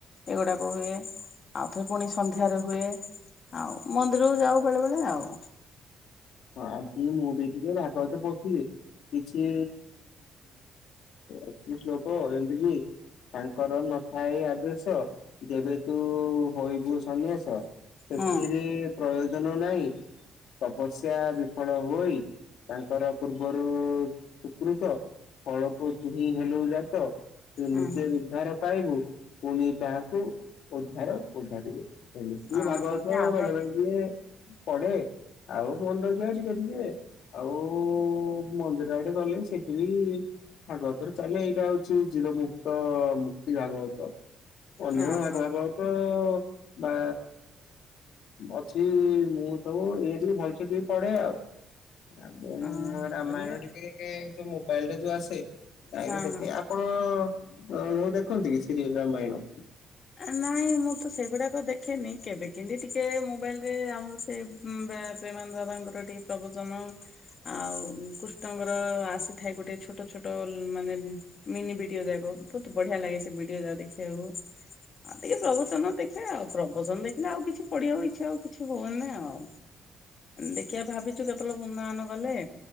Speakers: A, on the left; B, on the left.
A: ଏଗୁଡ଼ାକ ହୁଏ ଆଉଥରେ ପୁଣି ସନ୍ଧ୍ୟାରେ ହୁଏ। ଆଉ ମନ୍ଦିରକୁ ଯାଉ ବେଳେ ବେଳେ ଆଉ।
B: ହଁ ଆଜି ମୁଁ ବି ଟିକେ ଭାଗବତ ପଢ଼ୁଥିଲି। କିଛି ଅଛି ଶ୍ଳୋକ ଏମିତି। ତାଙ୍କର ନଥାଏ ଆଦେଶ ଯେବେ ତୁ ହୋଇବୁ ସନ୍ନ୍ୟାସ। ସେଥିରେ
A: ହୁଁ।
B: ପ୍ରୟୋଜନ ନାହିଁ ତପସ୍ ତପସ୍ୟା ବିଫଳ ହୁଅଇ ତାଙ୍କର ପୂର୍ବରୁ ସୁକୃତ। ଫଳକୁ ତୁ ହି ହେଲୁ ଯାତ। ତୁ ନିଜେ
A: ଉଁ ହୁଁ
B: ଉଦ୍ଧାର ପାଇବୁ ପୁଣି ତାହାକୁ ଉଦ୍ଧାର ଉଦ୍ଧାରିବୁ। ଏମିତି
A: ଆ
B: ଭାଗବତ
A: ବଢିଆ ଆପଣ
B: ବେଳେବେଳେ ଟିକେ ପଢ଼େ ଆଉ ମନେ ରହିଯାଏ ଟିକେ ଟିକେ ଆଉ ମନ୍ଦିର ଆଡ଼େ ଗଲେ ସେଠି ବି ଭାଗବତରେ ଚାଲେ ଏଇଟା ହଉଚି ଜିରୋ ମୁୁକ୍ତ ମୁକ୍ତି ଭାଗବତ। ଅନ୍ୟ
A: ହଁ
B: ଭାଗ
A: ହଁ
B: ଭାଗବତ ତ ବା ଅଛି ମୁଁ ସବୁ ଏଇ ଟିକେ <unintelligible> ସେଠି ପଢ଼େ ଆଉ
A: ହଁ
B: ରାମାୟଣ
A: ବଲେ
B: ଟିକେ ଏ ଯୋଉ ମୋବାଇଲରେ ଯୋଉ ଆସେ <unintelligible>
A: ହଁ
B: ଦେଖେ
A: ହଁ।
B: ଆ ଆପଣ ମୁଁ ଦେଖନ୍ତି କି ସିରିଏଲ ରାମାୟଣ?
A: ନାଇଁ ମୁଁ ତ ସେଗୁଡ଼ାକ ଦେଖେନି କେବେ କେବେ ଟିକେ ମୋବାଇଲ ରେ ଆମର ସେ ପ୍ରେ ପ୍ରେମାନନ୍ଦ ବାବା ଙ୍କ ର ଟିକେ ପ୍ରବଚନ ଆଉ କୃଷ୍ଣଙ୍କର ଆସିଥାଏ ଗୋଟେ ଛୋଟ ଛୋଟ ମାନେ ମିନି ଭିଡ଼ିଓ ଯାକ ବହୁତ୍ ବଢ଼ିଆ ଲାଗେ ସେ ଭିଡ଼ିଓ ଯାକ ଦେଖିବାକୁ। ଆଉ ଟିକେ ପ୍ରବଚନ ଦେଖେ ଆଉ ପ୍ରବଚନ ଦେଖିଲେ ଆଉ କିଛି ପଢ଼ିବାକୁ ଇଚ୍ଛା ଆଉ କିଛି ହୁଏନି ଆଉ। ଦେଖିବା ଭାବିଛୁ କେତେବେଳେ ବୃନ୍ଦାବନ ଗଲେ